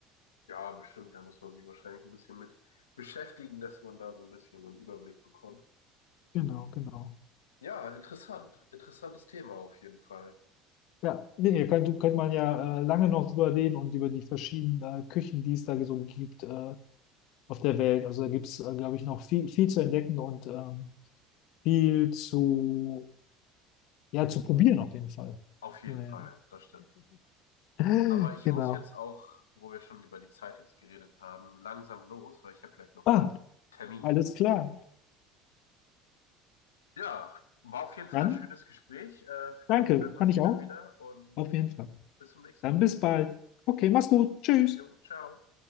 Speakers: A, on the left; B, on the left.
A: Ja, bestimmt. Da muss man sich wahrscheinlich ein bisschen mit beschäftigen, dass man da so ein bisschen so einen Überblick bekommt.
B: Genau, genau.
A: Ja, interessant. Interessantes Thema auf jeden Fall.
B: Ja, nee, nee, könnte, könnte man ja äh, lange noch drüber reden und über die verschiedenen äh, Küchen, die es da so gibt, äh, auf der Welt. Also da gibt es, glaube ich, noch viel, viel zu entdecken und ähm, viel zu, ja, zu probieren auf jeden Fall.
A: Auf jeden
B: Naja.
A: Fall, das stimmt.
B: <laughs>
A: Aber ich
B: Genau.
A: muss jetzt auch, wo wir schon über die Zeit jetzt geredet haben, langsam los, weil ich habe gleich noch
B: Ah,
A: einen Termin.
B: alles klar.
A: Ja, war auf jeden Fall
B: Dann
A: ein schönes Gespräch. Äh, vielleicht
B: danke,
A: hört man
B: kann
A: sich
B: ich auch.
A: ja wieder und
B: Auf jeden Fall.
A: bis zum nächsten
B: Dann
A: Mal.
B: bis bald. Okay, mach's gut. Tschüss.
A: Jo, ciao.